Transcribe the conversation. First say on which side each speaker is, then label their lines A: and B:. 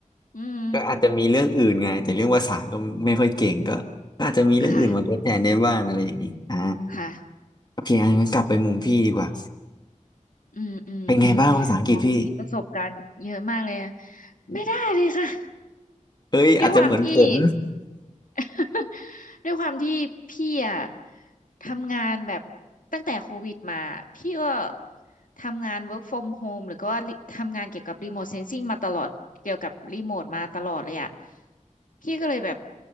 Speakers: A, on the left; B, on the left.
A: อืม
B: ก็อาจจะมีเรื่องอื่นไงแต่เรื่องภาษาก็ไม่ค่อยเก่งก็ก็อาจจะมีเรื่องอื่นมาทดแทนได้บ้างอะไรอย่างนี้อ่า
A: ค่ะ ค่ะ
B: โอเคอันนั้นกลับไปมุมพี่ดีกว่า
A: อืมอืมอืม
B: เป็นไงบ้างภาษาอังกฤษพี่
A: น้องมีประสบการณ์เยอะมากเลยอะไม่ได้เลยค่ะ
B: เอ้ยอาจจะเหมือนผม
A: ด้วยความที่ <laughs> ด้วยความที่พี่อะทำงานแบบตั้งแต่โควิดมาพี่ก็ทำงาน work from home หรือก็ว่าทำงานเกี่ยวกับ remote sensing มาตลอดเกี่ยวกับรีโมทมาตลอดเลยอะพี่ก็เลยแบบ